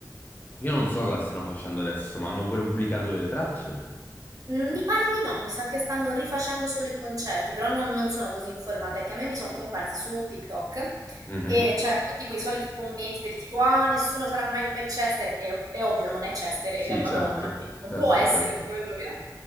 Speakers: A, on the left (about 25°); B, on the right (about 55°).
A: Io non so cosa stiano facendo adesso, ma hanno pure pubblicato delle tracce.
B: Mhmm, mi pare di no, mi sa che stanno rifacendo solo i concerti, però non non sono così informata,
A: Mhm.
B: è che a me mi son comparsi su TikTok
A: Mhm.
B: e c'erano tutti quei soliti commenti del tipo: "Ah, nessuno sarà mai come Chester", è ov è ovvio, non è Chester ed
A: Sì,
B: è una
A: certo,
B: donna, quindi non
A: certo,
B: può essere
A: certo.
B: come lui, no?